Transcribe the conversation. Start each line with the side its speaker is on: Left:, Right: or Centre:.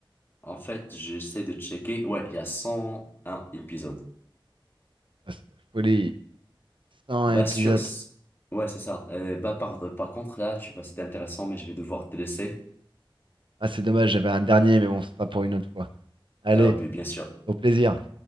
Left: en fait, j'essaie de checker. Ouais, il y a 101 épisodes.
Right: Ah, c'est de la folie. 101
Left: Bah,
Right: épisodes.
Left: sur... ce- Ouais, c'est ça. Euh, bah, par, par contre, là, tu vois, c'était intéressant, mais je vais devoir te laisser.
Right: Ah, c'est dommage, j'avais un dernier, mais bon, ce sera pour une autre fois. Allez,
Left: Euh, bien sûr.
Right: au plaisir.